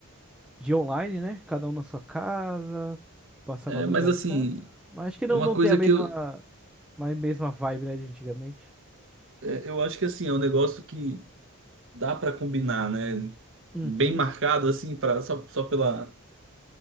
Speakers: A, in the centre; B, on the right.
A: de online, né? Cada um na sua casa, passar
B: É,
A: a madrugada
B: mas assim,
A: em casa. Mas acho que não
B: é uma
A: não
B: coisa
A: tem a mesma
B: que eu,
A: a mesma vibe, né, de antigamente.
B: é, eu acho que assim, é um negócio que dá pra combinar, né?
A: Uhum.
B: Bem marcado assim para só, só pela